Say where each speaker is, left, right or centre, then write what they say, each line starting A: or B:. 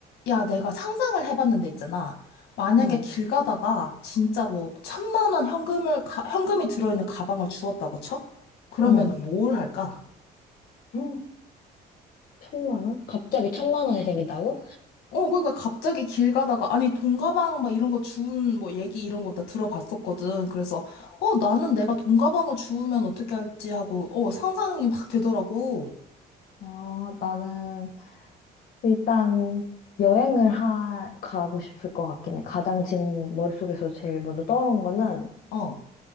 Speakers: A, on the left; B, on the left.
A: 야, 내가 상상을 해봤는데 있잖아. 만약에
B: 응,
A: 길 가다가 진짜로 천만 원 현금을, 가- 현금이 들어있는 가방을 주웠다고 쳐? 그러면
B: 응.
A: 뭘 할까?
B: 음, 천만 원? 갑자기 천만 원이 생긴다고?
A: 어, 그러니까 갑자기 길 가다가, 아니, 돈 가방 막 이런 거 주운 뭐 얘기 이런 거 나 들어봤었거든. 그래서,
B: 어.
A: 어, 나는 내가 돈 가방을 주우면 어떻게 할지 하고, 어, 상상이 막 되더라고.
B: 아, 나는 일단 여행을 하, 가고 싶을 것 같긴 해. 가장 지금 머릿속에서 제일 먼저 떠오른 거는
A: 어,